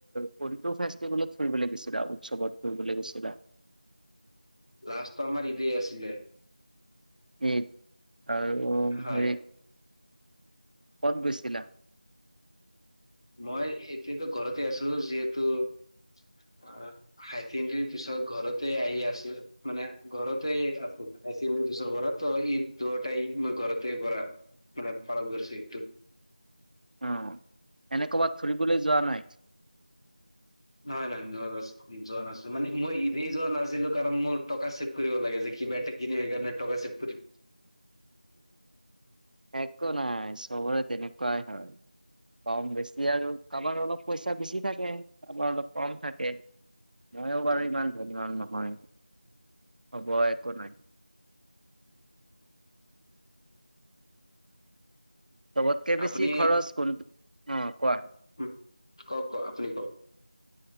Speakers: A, on the right (about 70°); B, on the left (about 35°).
A: কোনটো ফেচ ফুৰিবলৈ গৈছিলা উৎসৱত ফুৰিবলৈ গৈছিলা।
B: লাষ্টটো আমাৰ ঈদেই আছিলে।
A: উম আৰু
B: হয়
A: হেৰি ক'ত গৈছিলা!
B: মই এতিয়াতো ঘৰতে আছো যিহেতু অৱ হাই ছেকেণ্ডৰী পিছত ঘৰতে আহি আছো মানে ঘৰতে আছো। আছে মোৰ দোচৰ পৰাৰা ত ই দহটাই মই ঘৰতে কৰা। মানে ফাৰ্মাচী গৈছে এইটো
A: উম এনে ক'বাত ফুৰিবলৈ যোৱা নাই।
B: নহয় নহয় যোৱা নাছিলো মানে মই ইভেন যোৱা নাছিলো কাৰণ মোৰ, - টকা চেভ কৰিব লাগে যে কিবা এটা কিনি সেই কাৰণে টকা চেভ কৰি
A: একো নাই চবৰে তেনেকুৱাই হয়। কম বেছি আৰু কাৰোবাৰ অলপ পইচা বেছি থাকে কাৰোবাৰ অলপ কম থাকে। ময়ো
B: উম,
A: বাৰু ইমান ধনী নহয় হ'ব একো নাই। চবতকে বেছি
B: আপুনি
A: খৰচ কোনটো অ। কোৱা
B: উম কওক কওক আপুনি কওক